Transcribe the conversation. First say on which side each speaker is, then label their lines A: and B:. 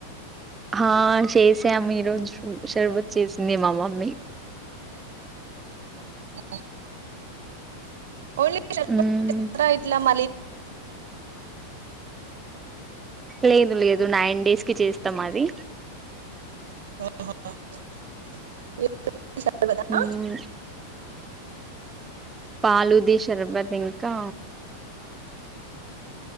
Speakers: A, on the right; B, on the right.
A: హా చేసాం ఈరోజు షర్బత్ చేసింది మా మమ్మీ
B: ఓ ఓన్లీ షర్బత్
A: మ్మ్
B: చేస్తారా ఇట్ల <unintelligible>
A: లేదు లేదు నైన్ డేస్ కి చేస్తం అది
B: ా
A: మ్మ్ పలుది షర్బత్ ఇంకా